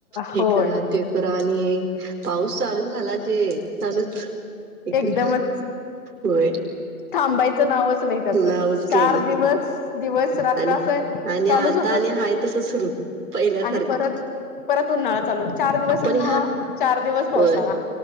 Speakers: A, on the right (about 75°); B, on the left (about 30°).
A: हे
B: होय
A: करा ते तर आणि पाऊस चालू झाला जे चालूच इकडे
B: एकदमच
A: होय
B: थांबायचं नावच नाही त्याच
A: नावच घेईना
B: चार दिवस दिवस रात्र
A: आणि
B: अस
A: आणि
B: चालूच
A: आता
B: होता
A: आणि
B: तो
A: हाय तसं सुरू पहिल्यासारखं
B: आणि परत परत उन्हाळा चालू चार दिवस
A: पण
B: उन्हाळा
A: ह्या
B: चार दिवस पावसाळा
A: होय.